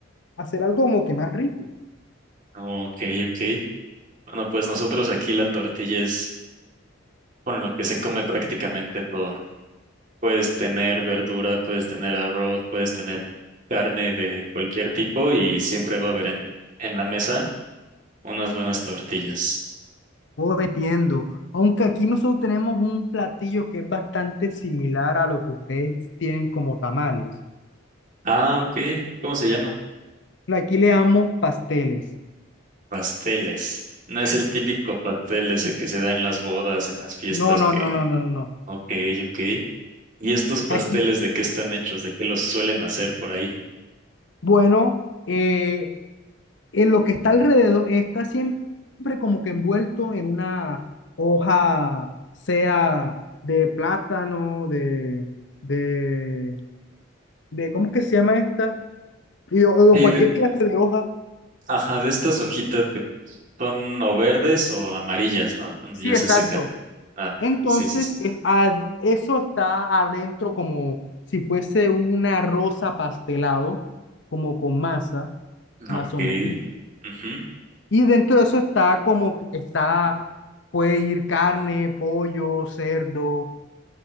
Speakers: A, on the left (about 65°); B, on the right (about 40°).
A: hacer algo como que más rico.
B: Ok, ok. Bueno, pues nosotros aquí la tortilla es con lo que se come prácticamente todo. Puedes tener verdura, puedes tener arroz, puedes tener carne de cualquier tipo y siempre va a haber en, en la mesa unas buenas tortillas.
A: Oh, entiendo. Aunque aquí nosotros tenemos un platillo que es bastante similar a lo que ustedes tienen como tamales.
B: Ah, ok. ¿Cómo se llama?
A: Aquí le damos pasteles.
B: Pasteles. No es el típico pastel ese que se da en las bodas, en las fiestas
A: No, no,
B: que...
A: no, no, no, no. no.
B: Ok, ok. ¿Y estos pasteles
A: Aquí,
B: de qué están hechos? ¿De qué los suelen hacer por ahí?
A: bueno, eh, eh, lo que está alrededor está siempre como que envuelto en una hoja, sea de plátano, de, de, de ¿cómo que se llama esta? Y, o, o
B: Sí,
A: cualquier
B: de-
A: clase de hoja.
B: ajá, de estas hojitas que son o verdes o amarillas, ¿no? Cuando
A: Sí,
B: ya
A: exacto.
B: se secan. Ah,
A: Entonces,
B: sí, sí, sí.
A: es ad- eso está adentro como si fuese una rosa pastelado, como con masa, más
B: Ok.
A: o menos.
B: Ujú.
A: Y dentro de eso está como, está, puede ir carne, pollo, cerdo